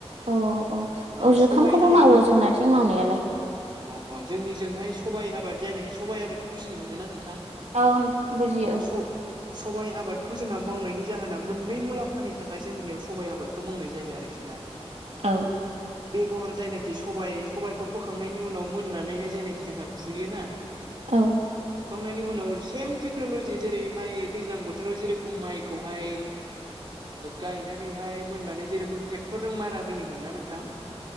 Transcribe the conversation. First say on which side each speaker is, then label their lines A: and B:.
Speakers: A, on the right (about 85°); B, on the right (about 45°).
A: औ
B: <inaudible> ओ
A: औ जुखामखौबो
B: सबाइ आबाद
A: मावो
B: मा
A: जोंनाथिं मावनायालाय
B: अ अ जोंनिजोंहाय सबाइ आबाद जायनाखि सबाइ आबादखौ बुजनो मोनो ना नोंथां?
A: औ बुजियो।
B: स सबाइ आबाद खौ जोंहा मावनायनि जाहोना मोननै मुलाम्फानि थाखाय जोंनियाव सबाइ आबादखौ मावनाय जायो आरोखि ना
A: औ
B: बेगर जायनाखि सबाइ सबायाइखौ फोखांनायनि उनाव मोननानैहाय जायनाखि जोंहा फुयोना
A: औ
B: सुखांनायनि उनाव सेम टेक्न'ल'जि जेरै माइ दैजां बोथोर थोराव जेरेखम माइखौहाय गायनानैहाय मोननानै जेरखम ट्रेक्टर जों मारा होयोमोन ना नोंथां